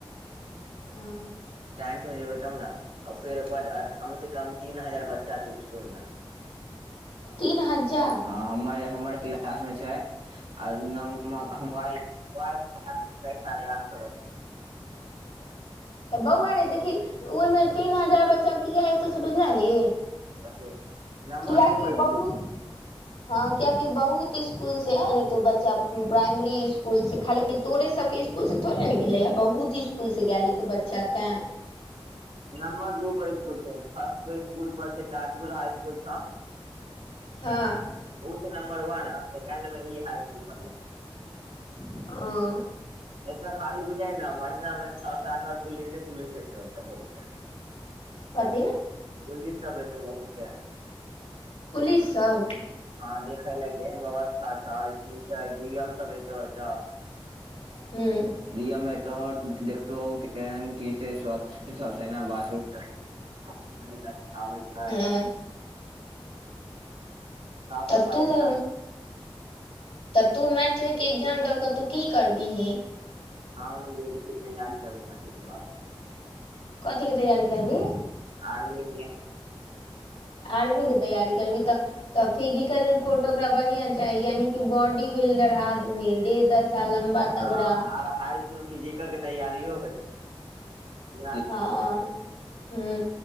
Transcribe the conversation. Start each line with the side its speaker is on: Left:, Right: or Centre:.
Left: हं। <inaudible>
Right: टेंथ में जेबै तब न। आ फेर ओकर बाद कम से कम तीन हजार बच्चा छै इसकुल मे।
Left: तीन हजार?
Right: हँ हमर -हमर क्लास मे छै, आ नोंमा हं मोबाइल मोआयल। छय साढे आठ सौ बच्चा।
Left: तऽ बौआ रे देखी, ओहिमे तीन हजार बच्चा किये हेतेय से बुझलही
Right: कथी, नम्मर
Left: कियाकि
Right: दू पर
Left: बहुत
Right: स्कूल छै।
Left: हँ कियेकि बहुत स्कूल से आयल हेतो बच्चा, प्राइमरी स्कूल स खाली। ई तोरे सबके स्कुल से थोड़े ने गेले है, बहुत स्कुल से गेले हेतय बच्चा तें।
Right: नमर दू पर स्कुल छै, फर्स्ट स्कुल पर छय ताजपुर हाई स्कुल सब।
Left: हँऽ
Right: ओ छै नंबर वन आ सेकेंड में ई हाईकूल परलय।
Left: अंऽ
Right: एतऽ खाली बुझाय न महिनामे सात -आठ बार पुलिसे -पुलिसे चल छ बहुत टाइम।
Left: कथी
Right: पुलिस सब एते बहुते।
Left: पुलिससभ
Right: हँ देखेय ले, केहन व्यवस्था छै, की छै डी म सब एत अत।
Left: हूंउ
Right: डी एम ऐतो और देखतौ की केहन की छय, स्वच्छ सेना बाथरूम सब <unintelligible> आबै छय।
Left: हँ
Right: साफ
Left: त
Right: सफाइ
Left: तूंउ
Right: अच्छा
Left: तऽ तू मैट्रिक के एग्जाम दऽ कऽ, तू की करबही
Right: <unintelligible>
Left: कथी के तैयारी करबी।
Right: आर्मी के।
Left: आर्मी के तैयारी करबी तऽ तऽ फिजिकल रिपोर्ट ओकरा बढ़िया चाही, यानि की बॉडी बिल्डर आदमी दे दशा लम्बा
Right: हँ
Left: तगड़ा
Right: आर हाई स्कुल फिजिकल के तैयारियो होइ छय।
Left: हँऽ हुं